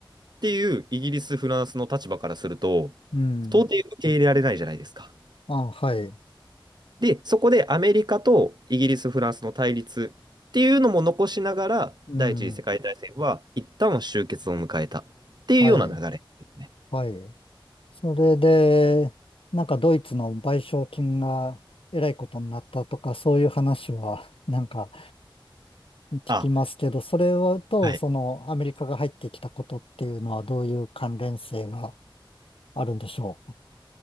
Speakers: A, on the right; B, on the left.
A: ていうイギリス、フランスの立場からすると、
B: うん、
A: 到底受け入れられないじゃないですか。
B: あ、はい、
A: で、そこでアメリカとイギリス、フランスの対立っていうのも残しながら、
B: うん、
A: 第一次世界大戦は一旦は終結を迎えたっていうような流れですね。
B: はい、はい。それで、なんかドイツの賠償金がえらいことになったとか、そういう話はなんか聞きますけど、
A: あ、
B: それはと、
A: はい。
B: そのアメリカが入ってきたことっていうのはどういう関連性があるんでしょ